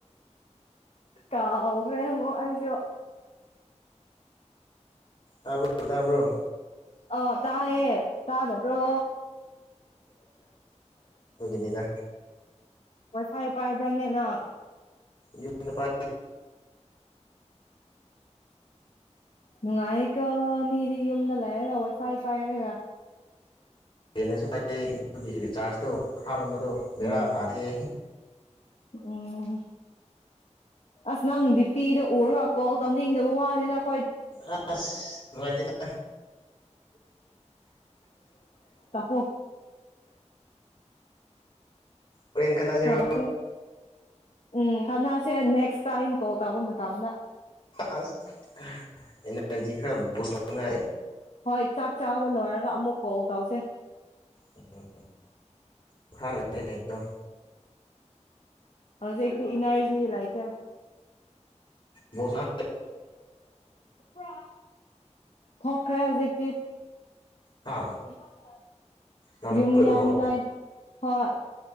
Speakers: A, on the left; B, on the left.
A: ꯀꯥꯍꯈ꯭ꯔꯦ ꯑꯃꯨꯛ ꯑꯩꯁꯨ
B: ꯇꯥꯕ꯭ꯔꯣ ꯇꯥꯕ꯭ꯔꯣ
A: ꯑ ꯇꯥꯏ ꯍꯦ ꯇꯥꯅꯕ꯭ꯔꯣ
B: ꯅꯤꯗ
A: ꯄꯁꯥꯏ ꯄꯥꯏꯕ꯭ꯔꯥꯅꯦꯅ
B: ꯌꯅ ꯄ
A: ꯅꯨꯡꯉꯥꯏꯀ ꯃꯤꯗꯤ ꯌꯨꯝꯗ ꯂꯩꯔꯒꯋ ꯁꯥꯏ ꯄꯥꯏꯔꯒ
B: ꯍꯦꯟꯅꯁꯨ ꯄꯥꯏ ꯑꯗꯨꯒꯤ ꯔꯤꯆꯥꯔꯖꯇꯣ ꯍꯥ ꯃꯇꯨꯡ ꯃꯦꯔ
A: ꯎꯝ
B: ꯇꯥꯒꯤ
A: ꯎꯝ ꯑꯁ ꯅꯪꯗꯤ ꯄꯤꯗꯣ ꯎꯔꯀꯣ ꯇꯧꯅꯤꯡꯗꯕ ꯋꯥꯅꯤꯗꯥꯛ
B: ꯑ ꯃꯥꯒꯤꯗ
A: ꯍꯣ
B: ꯍꯣꯔꯦꯟ ꯈꯟꯅꯁꯤꯔꯣ
A: ꯍꯂ ꯎꯝ ꯀꯁ ꯅꯦꯛꯁ ꯇꯝ ꯀꯣ ꯇꯥꯎꯕ ꯃꯇꯝꯗ
B: ꯑ ꯏꯖꯤ ꯈꯔ ꯁꯉꯥꯏ
A: ꯍꯣꯏ ꯆꯥꯛ ꯆꯥꯕ ꯂꯣꯏꯔꯒ ꯑꯃꯨꯛ ꯀꯣꯜ ꯇꯧꯁꯦ
B: ꯎꯝ ꯎ ꯐꯔ ꯇꯅꯣ
A: ꯍꯧꯖꯤꯗꯤ ꯏꯅꯔꯖꯤ ꯏꯂ ꯑꯥꯏꯇ
B: ꯣꯅ
A: ꯄ ꯊꯣꯛꯈ꯭ꯔꯦ ꯍꯧꯖꯤꯛꯇꯤ꯫
B: ꯍꯥ
A: <unintelligible> <inaudible>
B: ꯁꯥꯟꯅꯕ
A: ꯌꯨꯝ
B: ꯂꯣꯏꯔꯕꯣ
A: ꯌꯥꯎꯅꯤꯡꯥꯏ ꯍꯣꯏ